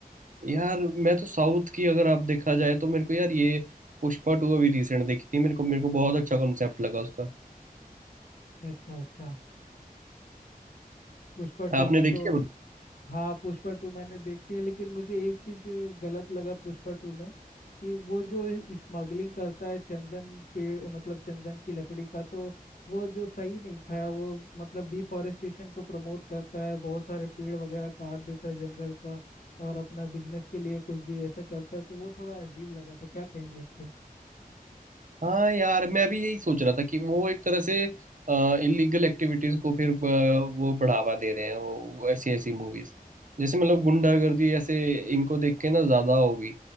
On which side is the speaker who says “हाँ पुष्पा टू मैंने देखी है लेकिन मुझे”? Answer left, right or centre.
Left